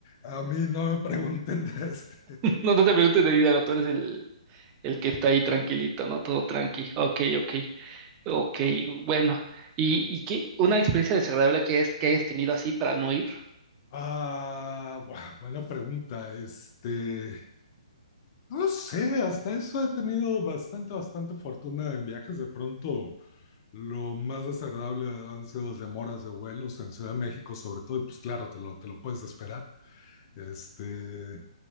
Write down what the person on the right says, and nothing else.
No, no te preguntes de dinero, tú eres el, el que está ahí tranquilito, ¿no? Todo tranqui. Ok, ok. Ok, bueno. ¿Y, y qué? ¿Una experiencia desagradable que, es, que hayas tenido así para no ir?